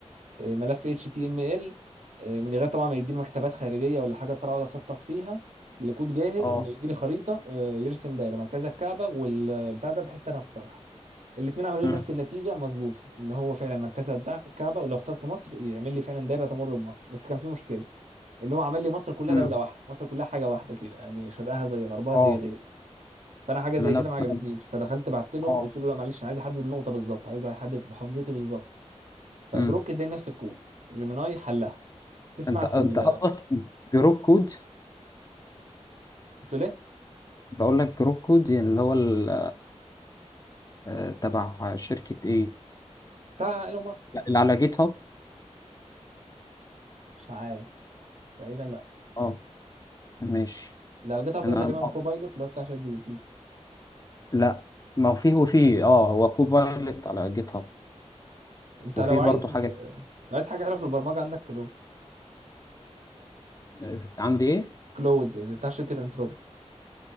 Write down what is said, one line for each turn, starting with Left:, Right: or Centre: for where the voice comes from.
Right: آه، ملف اتش تي ام ال آه، من غير طبعا ما يديني مكتبات خارجيه ولا حاجه اضطر اقعد اسطب فيها لكود جاهز
Left: اه
Right: انه يديني خريطه آه، يرسم دايره مركزها الكعبه والبتاع ده بحته انا اختارها الاثنين عملوا
Left: امم
Right: لي نفس النتيجه مظبوطه ان هو فعلا مركزها الدع- الكعبه ولو اخترت مصر يعمل لي فعلا دايره تمر بمصر بس كان في مشكله ان هو عمل لي مصر كلها
Left: امم
Right: دوله واحده مصر كلها حاجه واحده كده يعني شرقها زي غربها
Left: اه
Right: زي غيره فانا حاجه زي
Left: ما انا
Right: كده ما عجبتنيش
Left: أنا-
Right: فدخلت بعت لهم
Left: اه
Right: قلت له لا معلش انا عايز احدد النقطه بالظبط عايز احدد محافظتي بالظبط فجروك
Left: امم
Right: اداني نفس الكود جيميناي حلها تسمع
Left: انت انت
Right: في ال
Left: قصدك جروب كود
Right: قلت له ايه
Left: بقول لك جروب كود يعني اللي هو ال- آه، تبع شركة ايه
Right: بتاع ايلون ماسك
Left: لا، اللي على جيت هاب
Right: مش عارف تقريبا لا
Left: اه ماشي
Right: اللي على جيت هاب
Left: انا
Right: ده تقريبا
Left: اه
Right: كوبايلوت اللي هو بتاع شات جي بي تي
Left: لا ما هو فيه وفيه اه هو كوبايلوت على جيت هاب
Right: انت
Left: وفيه
Right: لو عايز
Left: برضو حاجة
Right: لو عايز حاجه حلوه في البرمجه عندك
Left: آه، عندي ايه
Right: كلود بتاع شركة انتروبيك